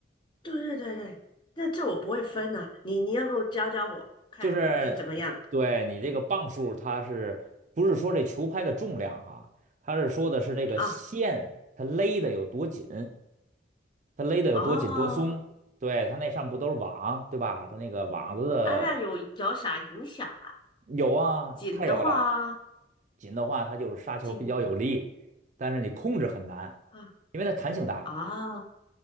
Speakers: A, on the left; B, on the right.
A: 对对对对，那这我不会分啊，你你要不教教我看是怎么样
B: 就是对你这个磅数，它是不是说这球拍的重量哈？它是说的是这个线它勒的有多紧，
A: 啊？
B: 它勒的有多紧多松。
A: 哦，
B: 对，它那上面不都是网，对吧？它那个网子的
A: 啊，那有有啥影响啊？
B: 有啊，
A: 紧的话，
B: 太有了，紧的话它就是杀球比较有力，
A: 紧
B: 但是你控制很难，
A: 啊
B: 因为它弹性大嘛。
A: 啊，